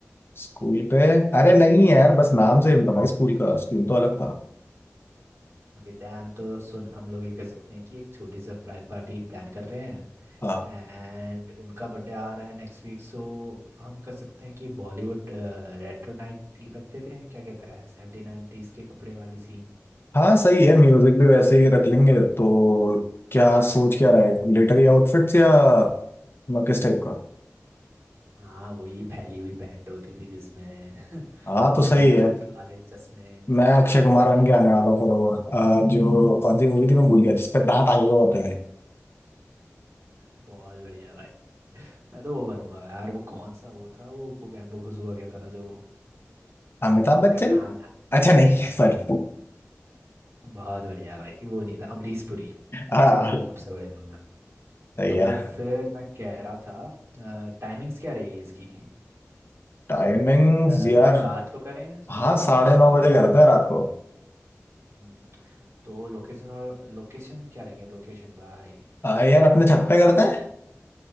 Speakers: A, on the left; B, on the right.
A: स्कूल पे अरे नहीं यार बस नाम से ही था भाई स्कूल का स्कूल तो अलग था
B: ओके डैम तो सुन हम लोग ये कर सकते हैं कि एक छोटी सरप्राइज पार्टी प्लान कर रहे हैं
A: हाँ।
B: एंड उनका बर्थडे आ रहा है नेक्स्ट वीक सो हम कर सकते हैं कि बॉलीवुड रेट्रो नाइट थीम रखते थे क्या कहता है सेवेंटी नाइनटीज के कपड़े वाली सीन
A: हाँ सही है म्यूजिक भी वैसे ही रख लेंगे तो क्या सोच क्या रहा है मिलिट्री आउटफिट्स या म- किस टाइप का
B: हाँ वही फैली हुई पैंट होती थी जिसमें <laughs>
A: हाँ
B: समझ
A: तो सही
B: रहा है ना
A: है
B: काले चश्मे
A: मैं अक्षय
B: घुंघराले
A: कुमार बन के आने
B: बाल
A: वाला हूँ फिर वो अ, जो कौन सी मूवी थी मैं भूल गया जिसपे दांत आगे होते हैं
B: बहुत बढ़िया भाई मैं तो वो बनूंगा यार वो कौन सा वो था वो बुगैम्बो खुशबा कहता था जो
A: अमिताभ
B: उसका
A: बच्चन
B: नाम याद
A: अच्छा नहीं सॉरी
B: नो बहुत बढ़िया भाई वो नहीं था अमरीश पुरी
A: हाँ
B: सबसे बढ़िया भगवान
A: सही
B: तो
A: है
B: फिर मैं कह रहा था टाइमिंग्स क्या रहेगी इसकी
A: टाइमिंग्स
B: अ,
A: यार
B: रात को करें या सुबह
A: हाँ
B: को करें
A: साढ़े
B: मैं तो कह
A: नौ
B: रहा
A: बजे
B: रात
A: करते
B: को
A: हैं रात को
B: हम्म, तो लोकेशन और लोकेशन क्या रखें लोकेशन भाई
A: आ, यार अपने छत पे करते हैं